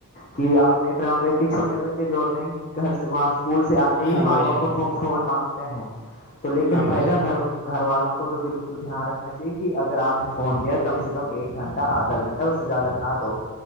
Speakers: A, on the left; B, on the left.
A: کہ آپ دیکھ رہے ہوں گے کہ چھوٹے بچے جو ہوتے ہیں کہ گھر سے وہاں اسکول سے آتے ہی
B: ہاں بھائی
A: ماں باپ
B: جان
A: کو فون مانگتے ہیں تو لیکن
B: ہاں
A: بھائی
B: جان
A: جان گھر والوں کو تو بالکل دھیان رکھنا چاہیے کہ اگر آپ نے فون دیا کم سے کم ایک گھنٹہ آدھا گھنٹہ اسے زیادہ نہ دو